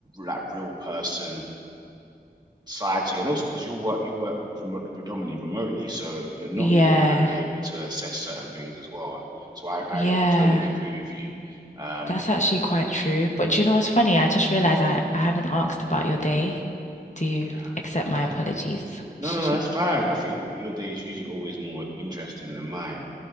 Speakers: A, on the right; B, on the left.
A: that real person side to you, and also because you work you work predominantly remotely, so you're not
B: Yeah.
A: even going to be able to assess certain things as well. So I, I
B: Yeah.
A: totally agree with you. Um,
B: That's actually quite true. But do you know what's funny? I just realized I, I haven't asked about your day. Do you
A: you have,
B: accept
A: yeah.
B: my apologies?
A: No,
B: <laughs>
A: no, no, that's fine. I think your day is usually always more interesting than mine.